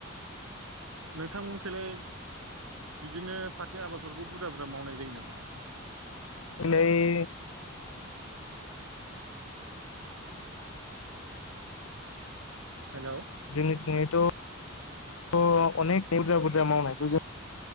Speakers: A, on the right; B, on the left.
A: नोंथांमोनखैलाय बिदिनो फाथो आबादफोरखौ बुरजा बुरजा मावनाय जायो नामा?
B: <unintelligible>
A: हेलौ
B: जोंनिथिंजायथ' अनेक बुरजा बुरजा मावनायखौ जों